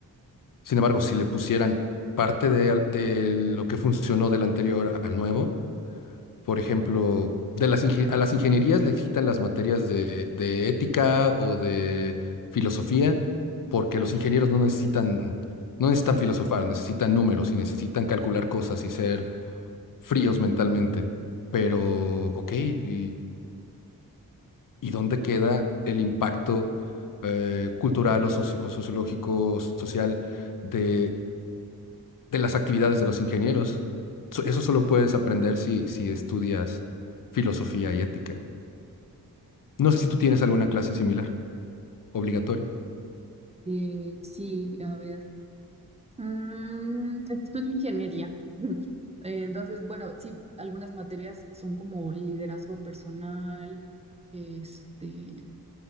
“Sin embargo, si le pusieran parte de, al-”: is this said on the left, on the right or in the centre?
Left